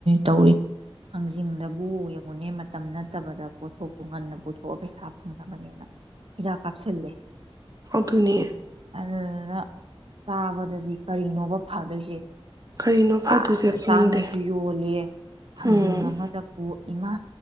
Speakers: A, on the right; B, on the right.
A: ꯇꯧꯔꯤ ꯍꯊꯥꯡꯖꯤꯡꯗꯕꯨ ꯌꯦꯡꯉꯨꯅꯦ ꯇꯝ ꯅꯠꯇꯕꯗ ꯄꯣꯠꯊꯣꯛ ꯇꯨꯡ ꯉꯟꯅ ꯄꯨꯊꯣꯛꯑ ꯄꯩꯁꯥ ꯐꯪꯅꯕꯅꯦꯅ ꯍꯤꯗꯥꯛ ꯀꯥꯞꯁꯤꯜꯂꯦ
B: ꯑꯗꯨꯅꯤ
A: ꯑꯗꯨꯗꯨꯅ ꯆꯥꯕꯗꯗꯤ ꯀꯔꯤꯅꯣꯕ ꯐꯗꯣꯏꯁꯦ
B: ꯀꯔꯤꯅꯣ ꯐꯗꯣꯏꯁꯦ
A: ꯇꯥꯡꯅ
B: ꯈꯪꯗꯦ
A: ꯇꯥꯡꯅꯁꯨ ꯌꯣꯜꯂꯦ ꯊꯥꯡꯖꯤꯡ
B: ꯎꯝ
A: ꯑꯃꯗꯕꯨ ꯏꯃꯥ